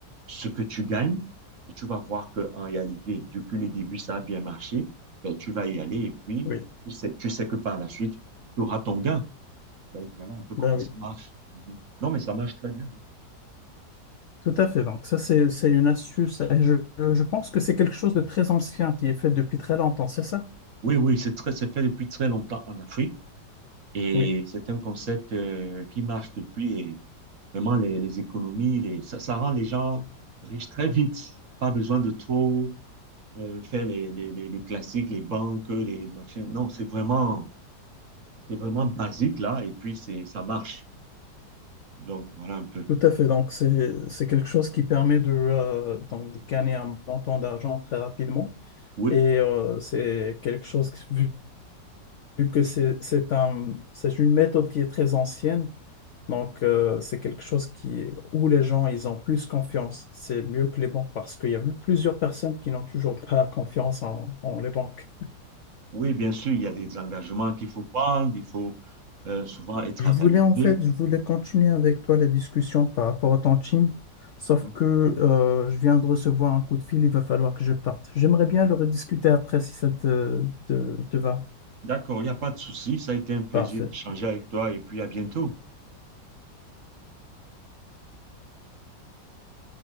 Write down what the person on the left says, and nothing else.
oui.
Ben oui.
Tout
à fait. Donc ça, c'est, c'est une astuce. Et je, je pense que c'est quelque chose de très ancien qui est fait depuis très longtemps, c'est ça?
Oui,
tout à fait. Donc c'est, c'est quelque chose qui permet de, euh, donc, de gagner un montant d'argent très rapidement.
Et euh, c'est quelque chose, que- vu, vu que c'est, c'est un, c'est une méthode qui est très ancienne, donc euh, c'est quelque chose qui, où les gens, ils ont plus confiance. C'est mieux que les banques parce qu'il y a plusieurs personnes qui n'ont toujours pas confiance en en les banques.
Je
voulais en fait, je voulais continuer avec toi la discussion par rapport à ton team, sauf
que euh, je viens de recevoir un coup de fil, il va falloir que je parte. J'aimerais bien le rediscuter après si ça te, te, te va.
Parfait.